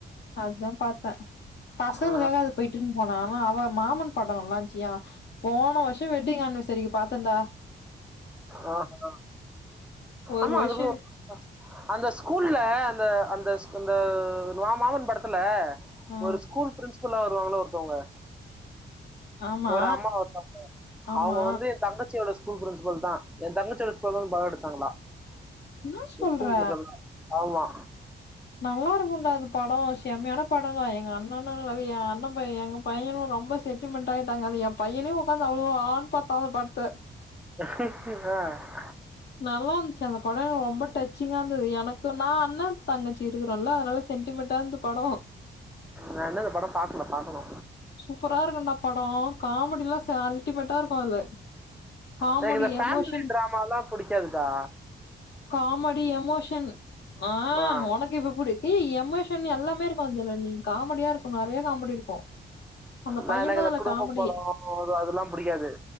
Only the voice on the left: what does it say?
அதுதா பாத்தே பசங்களுக்காக
அது கூட்டுன் போனா அவ அவ மாமன் பட நல்லாந்ருச்சியா போன வர்ஷ வெட்டிங் ஆன்வெசரிக்கு பாத்தண்டா
ஒரு
வருஷோ
ஆ
ஆமா
ஆமா
என்னா
சொல்ற
நல்லா இருக்குண்டா அது பட செம்மையான படந்தா எங்க அண்ணன்னு அது எ அண்ண பைய எங்க பையனு ரொம்ப சென்டிமெண்ட் ஆயிட்டாங்க அது எ பையனே ஒக்காந்து அவ்ளோ ஆன்னு பாத்தா அந்த படத்த
நல்லா இருந்துச்சு அந்த பட ரொம்ப டச்சிங்கா இருந்தது எனக்கு நா அண்ணந் தங்கச்சி இருக்குறோல்ல அதுனால சென்டிமெண்ட்டா இருந்து பட
சூப்பரா இருக்குண்டா பட காமெடிலா ச அல்டிமேட்டா இருக்கு அதுல காமெடி
எமோஷன்
காமெடி எமோஷன் ஆ
ஒனக்கு இது புடிக் ஏ எமோஷன் எல்லாமே இருக்கு அதுல நீ காமெடியா இருக்கு நெறையா காமெடி இருக்கு அந்த
பையன்
தா
அதுல
காமெடி